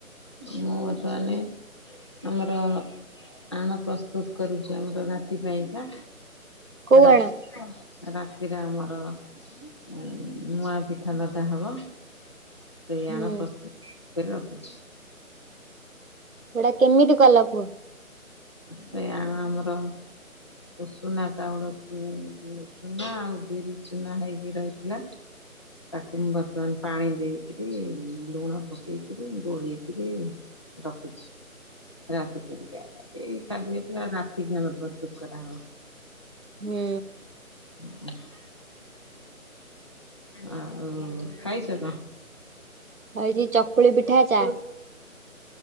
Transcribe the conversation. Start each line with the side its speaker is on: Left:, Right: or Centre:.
Left: ମୁଁ <unintelligible> ଆମର ଆଣ ପ୍ରସ୍ତୁତ କରୁଛୁ ଆମର ରାତି ପାଇଁକା।
Right: କୋଉ
Left: ରା
Right: ଆଣ
Left: ରାତିରେ ଆମର ଉ ମୁଁଆ ପିଠା ଲଦା ହବ। ସେଇଆଣ
Right: ହୁଁ
Left: ପ୍ରସ୍ତୁତ କରି ରଖୁଚୁ।
Right: ସେଟା କେମିତି କଲ କୁହ।
Left: ସେଇ ଆଣ ଆମର ଉସୁନା ଚାଉଳ ଚୁନା ଆଉ ବିରି ଚୁନା ହେଇକି ରହିଥିଲା। ତାକୁ ମୁ ବର୍ତ୍ତମାନ ପାଣି ଦେଇକିରି ଲୁଣ ପକେଇକିରି ଗୋଳେଇକିରି ରଖୁଛି। ରାତି ପାଇଁକା ଏଇ ଖାଦ୍ୟ ଟା ରାତିକି ଆମର ପ୍ରସ୍ତୁତ କରାହବ।
Right: ହୁଁ।
Left: <inaudible> ଆଉ ଖାଇଛ କଁ?
Right: ହେଇଛି ଚକୁଳି ପିଠା ଚା
Left: ହୁଁ